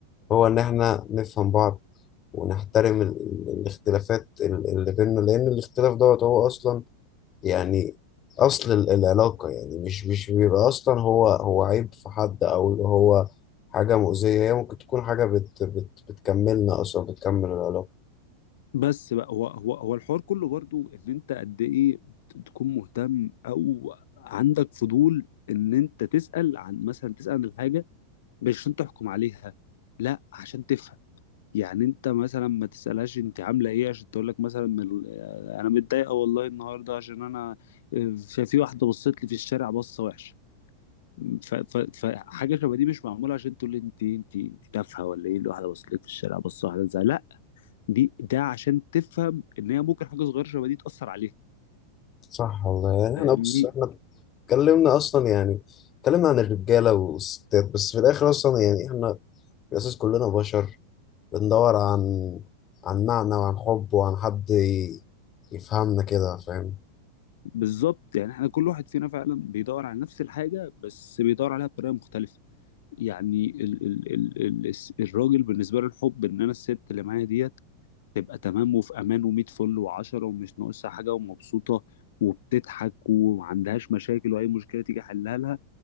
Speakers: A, on the left (about 30°); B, on the left (about 55°).
A: هو ان احنا نفهم بعض ونحترم ال- ال- الاختلافات ال- اللي بيننا لان الاختلاف دوت هو اصلا يعني اصل ال- العلاقة يعني مش مش بيبقى اصلا هو هو عيب في حد او اللي هو حاجة مؤذية هي ممكن تكون حاجة بت بت بتكملنا اصلا بتكمل العلاقة
B: بس بقى هو هو هو الحوار كله برضو ان انت قد ايه ت- تكون مهتم او عندك فضول ان انت تسأل عن مثلا تسأل عن الحاجة مش عشان تحكم عليها لا عشان تفهم يعني انت مثلا ما تسألهاش انت عاملة ايه عشان تقول لك مثلا من ال- انا متضايقة والله النهاردة عشان انا ف- في واحدة بصت لي في الشارع بصة وحشة ف- ف- فحاجة شبه دي مش معمولة عشان تقول لي انت انت انت تافهة ولا ايه الواحدة بصت لك في الشارع بصة واحدة زي لا دي ده عشان تفهم ان هي ممكن حاجة صغيرة شبه دي تأثر عليها
A: صح والله يعني احنا
B: فاهمني
A: بص احنا اتكلمنا اصلا يعني اتكلمنا عن الرجاله والستات بس في الاخر اصلا يعني احنا في الاساس كلنا بشر بندور عن عن معنى وعن حب وعن حد ي- يفهمنا كده فاهم
B: بالظبط يعني احنا كل واحد فينا فعلا بيدور على نفس الحاجة بس بيدور عليها بطريقة مختلفة يعني ال ال ال ال الراجل بالنسبة له الحب ان انا الست اللي معايا ديت تبقى تمام وفي امان ومية فل وعشرة ومش ناقصها حاجه ومبسوطه وبتضحك ومعندهاش مشاكل واي مشكله تيجي حلها لها